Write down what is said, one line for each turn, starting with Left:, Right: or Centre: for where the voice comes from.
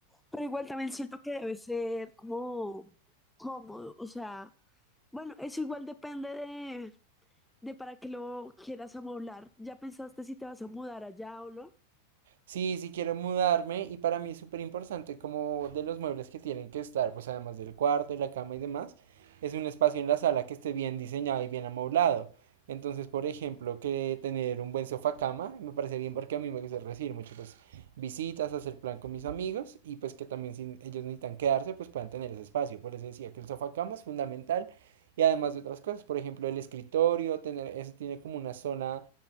Centre: Pero igual también siento que debe ser como cómodo. O sea, bueno, eso igual depende de, de para qué lo quieras amoblar. ¿Ya pensaste si te vas a mudar allá o no?
Right: Sí, sí quiero mudarme y para mí es súper importante como de los muebles que tienen que estar, pues además del cuarto, de la cama y demás, es un espacio en la sala que esté bien diseñado y bien amoblado. Entonces, por ejemplo, que tener un buen sofá cama, me parece bien porque a mí me gusta recibir mucho pues visitas, hacer plan con mis amigos y pues que también si ellos necesitan quedarse, pues puedan tener ese espacio. Por eso decía que el sofá cama es fundamental y además de otras cosas, por ejemplo, el escritorio, tener eso tiene como una zona